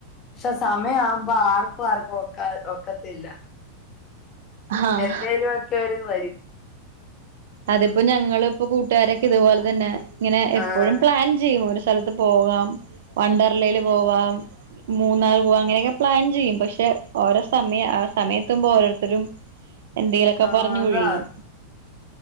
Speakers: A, on the left; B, on the right.
A: പക്ഷെ സമയം ആവുമ്പോ ആർക്കും ആർക്കും ഒക്ക ഒക്കത്തില്ല.
B: ആഹ്
A: എന്തേലും ഒക്കെ ഒരു ഇത് വരും
B: അതിപ്പോ ഞങ്ങ ഇപ്പോ കൂട്ടുകാരൊക്കെ ഇതുപോലെ തന്നെ ഇങ്ങനെ എപ്പോഴും
A: ആഹ്
B: പ്ലാൻ ചെയ്യും ഒരു സ്ഥലത്ത് പോകാം വണ്ടർലയില് പോവാ. മൂന്നാർ പോവാ അങ്ങനെയൊക്കെ പ്ലാൻ ചെയ്യും പക്ഷെ ഓരോ സമയം സമയം എത്തുമ്പോൾ ഓരോരുത്തരും എന്തെങ്കിലുമൊക്കെ
A: ആഹ്
B: പറഞ്ഞു
A: അതാ
B: ഒഴിയും.